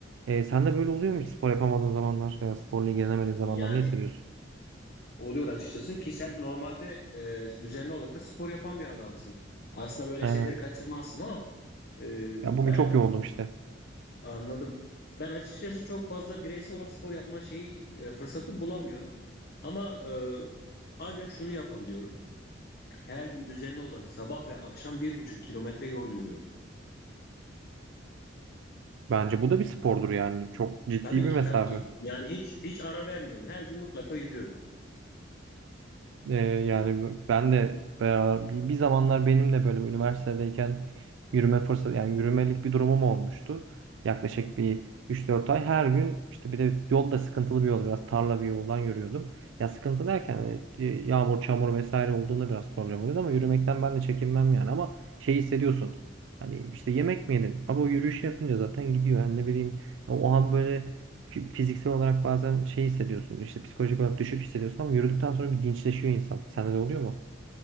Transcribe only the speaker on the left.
Yani
oluyor açıkçası ki sen normalde e, düzenli olarak da spor yapan bir adamsın. Aslında böyle
şeyleri kaçırmazsın ama e,
ben
anladım. Ben açıkçası çok fazla bireysel olarak spor yapma şeyi e, fırsatı bulamıyorum. Ama e, ancak şunu yapabiliyorum. Her gün düzenli olarak sabah ve akşam bir buçuk kilometre yol yürüyorum.
Tabii
ki,
tabii ki. Yani hiç hiç ara vermiyorum. Her gün mutlaka yürüyorum.